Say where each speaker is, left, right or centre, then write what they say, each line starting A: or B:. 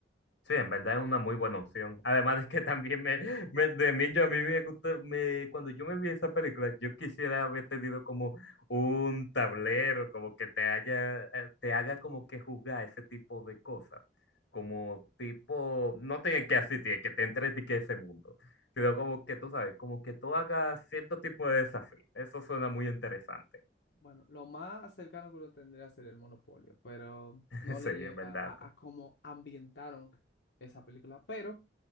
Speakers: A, on the left; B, on the left.
A: Sí, en verdad es una muy buena opción. Además es que también me, me- de niño a mí me gusta, me, cuando yo me vi esa película, yo quisiera haber tenido como un tablero, como que te haya, eh, te haga como que jugar ese tipo de cosas. Como tipo, no tiene que asistir, que te entre que ese mundo, sino como que tú sabes, como que tú hagas cierto tipo de desafío. Eso suena muy interesante.
B: Bueno, lo más cercano que uno tendría sería el Monopolio, pero
A: <laughs>
B: no
A: Sí,
B: le
A: en
B: llega
A: verdad.
B: a, a cómo ambientaron esa película. Pero